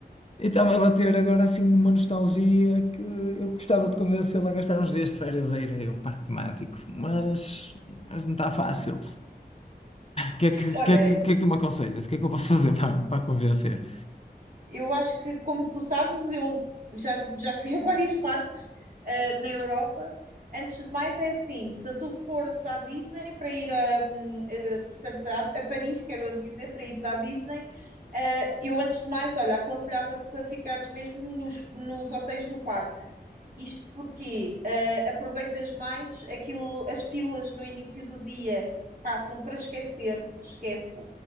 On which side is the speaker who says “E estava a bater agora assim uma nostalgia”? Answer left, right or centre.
Left